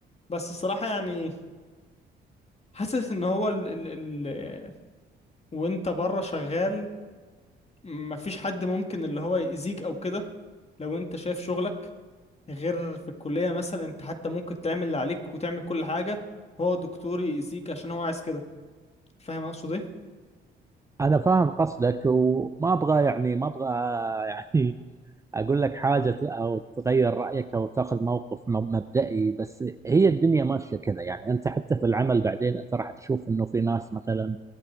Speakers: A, on the left; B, on the right.
A: بس الصراحه يعني حاسس ان هو ال ال ال آه، وانت بره شغال مفيش حد ممكن اللي هو يأذيك او كده لو انت شايف شغلك غير في الكليه مثلا انت حتى ممكن تعمل اللي عليك وتعمل كل حاجه هو دكتور يأذيك عشان هو عايز كده فاهم اقصد ايه
B: انا فاهم قصدك وما ابغى يعني ما ابغى <laughs> يعني اقول لك حاجه ت- او تغير رايك او تاخذ موقف م- مبدئي بس هي الدنيا ماشيه كذا يعني انت حتى في العمل بعدين انت راح تشوف انه في ناس مثلا